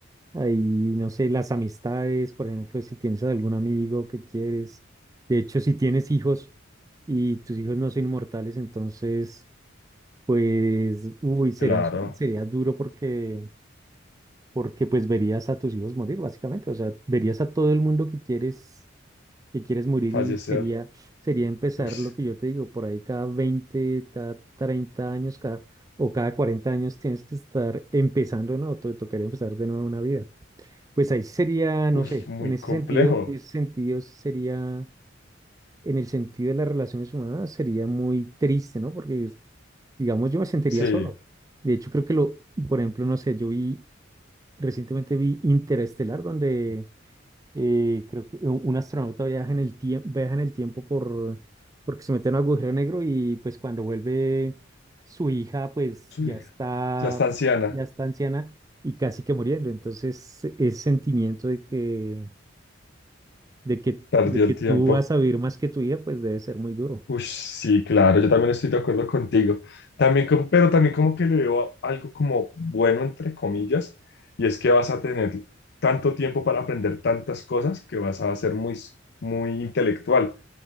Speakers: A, on the right; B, on the left.
A: ahí, no sé, las amistades, por ejemplo, si tienes algún amigo que quieres, de hecho, si tienes hijos y tus hijos no son inmortales, entonces, pues, uy, serían,
B: claro,
A: su- sería duro porque, porque pues verías a tus hijos morir, básicamente, o sea, verías a todo el mundo que quieres que quieres morir
B: fallecer.
A: y sería, sería empezar
B: Uy,
A: lo que yo te digo, por ahí cada 20 cada 30 años, cada, o cada 40 años tienes que estar empezando, ¿no? Te tocaría empezar de nuevo una vida. Pues ahí sería, no
B: uy,
A: sé,
B: muy
A: en ese
B: complejo.
A: sentido, en ese sentido sería, en el sentido de las relaciones humanas, sería muy triste, ¿no? Porque, digamos, yo me sentiría
B: Sí,
A: solo. De hecho, creo que lo, por ejemplo, no sé, yo vi, recientemente vi Interestelar, donde eh, creo que un, un astronauta viaja en el tiempo, viaja en el tiempo por, porque se mete en un agujero negro y pues cuando vuelve su hija pues
B: sí,
A: ya está,
B: ya está anciana,
A: ya está anciana y casi que muriendo. Entonces ese sentimiento de que, de que,
B: perdió
A: de que
B: el
A: tú
B: tiempo.
A: vas a vivir más que tu hija pues debe ser muy duro.
B: Ush, sí, claro, yo también estoy de acuerdo contigo. También como- pero también como que le veo a- algo como bueno, entre comillas, y es que vas a tener tanto tiempo para aprender tantas cosas que vas a ser muy, s- muy intelectual